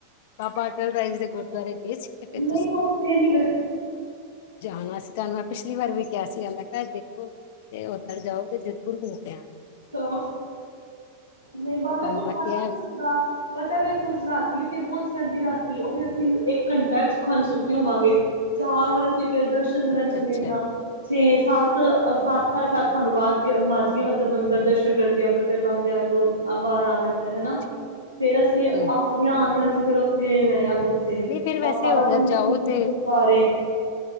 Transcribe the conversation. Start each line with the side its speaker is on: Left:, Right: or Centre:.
Left: ਬਾਬਾ ਅਟਲ ਰਾਏ ਜੀ ਦੇ ਗੁਰਦੁਆਰੇ ਗਏ ਸੀ। ਫਿਰ
Right: ਨਹੀਂ
Left: ਤੁਸੀਂ
Right: ਉੱਥੇ ਨੀ ਗਏ।
Left: ਜਾਣ ਵਾਸਤੇ ਤੁਹਾਨੂੰ ਮੈ ਪਿਛਲੀ ਵਾਰੀ ਵੀ ਕਿਹਾ ਸੀਗਾ ਮੈਂ ਕਿਹਾ ਦੇਖੋ ਤੇ ਉੱਤਰ ਜਾਓ ਤੇ ਜ਼ਰੂਰ ਹੋ ਕੇ ਆ।
Right: ਅ ਨਹੀਂ ਵਾਹ ਮੇਰੇ
Left: ਤੁਹਾਨੂੰ
Right: ਕੋਲ ਟਾਇਮ
Left: ਮੈਂ ਕਿਹਾ
Right: ਨਹੀਂ
Left: ਵੀ
Right: ਲੱਗਦਾ
Left: ਸੀ।
Right: ਪਤਾ ਮੇਰੇ ਕੁ ਰਾਤੀ ਉੱਥੇ ਪਹੁੰਚ ਜਾਂਦੀ ਰਾਤੀ ਉਹ ਵੀ ਅਸੀਂ ਇੱਕ ਘੰਟਾ ਖਾਲੀ ਸੁੱਤੇ ਹੋਵਾਂਗੇ ਚਾਰ ਵਜੇ ਅਸੀਂ ਫਿਰ ਦਰਸ਼ਨ ਕਰਨ
Left: ਅੱਛਾ
Right: ਚਲੇ
Left: ਅੱਛਾ
Right: ਗਏ ਆ। ਸੱਤ ਸੱਤ ਸਾਢੇ ਸੱਤ ਵੱਜ ਗਏ ਸਾਨੂੰ ਮਤਲਬ । ਦਰਸ਼ਨ ਕਰਦੇ ਆ। ਪ੍ਰਕਰਮਾ ਵਗੈਰਾ ਤੋਂ ਬਾਹਰ ਆਂਦੇ। ਹੈਨਾ
Left: ਠੀਕ
Right: ਫੇਰ ਅਸੀਂ
Left: ਹੂੰ
Right: ਆਦੀਆਂ ਆਇਆਂ ਂ ਫੇਰ ਉੱਥੇ ਗਏ ਹਾਂ। ਬਾਬਾ
Left: ਨਹੀਂ ਫਿਰ ਵੈਸੇ ਉੱਧਰ
Right: ਦੀਪ
Left: ਜਾਓ
Right: ਸਿੰਘ ਜੀ
Left: ਤੇ
Right: ਦੇ ਗੁਰਦੁਆਰੇ।